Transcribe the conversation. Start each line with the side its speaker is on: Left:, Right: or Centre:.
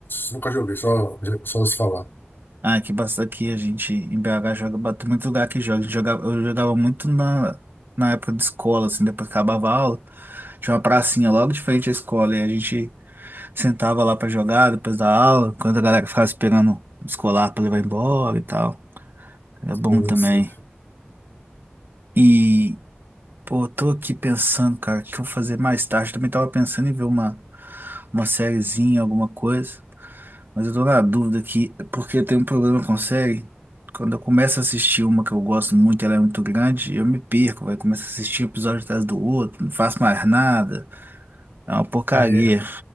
Left: nunca joguei, só, só se falar.
Right: ah, aqui, bas- aqui a gente, em BH, joga, bate muito lugar que joga, a gente jogava, eu jogava muito na, na época de escola, assim, depois que acabava a aula, tinha uma pracinha logo de frente à escola, e a gente Sentava lá pra jogar depois da aula, enquanto a galera ficava esperando o escolar pra levar embora e tal. Era bom
Left: Eu não
Right: também.
Left: sei.
Right: E, pô, eu tô aqui pensando, cara, o que eu vou fazer mais tarde. Também tava pensando em ver uma, uma sériezinha, alguma coisa. Mas eu tô na dúvida aqui, porque eu tenho um problema com série. Quando eu começo a assistir uma que eu gosto muito, ela é muito grande, eu me perco, vai. Começo a assistir um episódio atrás do outro, não faço mais nada. É uma porcaria.
Left: Aí,